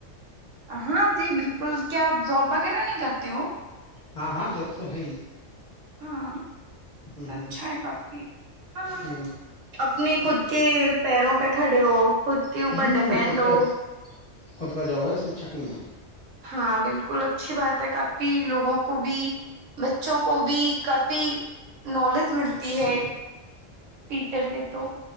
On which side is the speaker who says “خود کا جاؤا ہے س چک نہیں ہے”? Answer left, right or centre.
Left